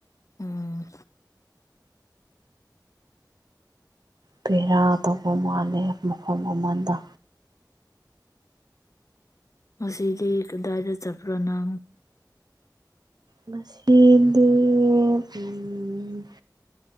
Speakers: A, on the left; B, on the right.
A: ꯎꯝ
B: ꯀꯔꯤꯔꯥ ꯇꯧꯕ ꯃꯥꯜꯂꯦ ꯃꯐꯝ ꯑꯃꯗ
A: ꯉꯁꯤꯗꯤ ꯀꯗꯥꯏꯗ ꯆꯠꯄ꯭ꯔ ꯅꯪ
B: ꯉꯁꯤꯗꯤ ꯎꯝ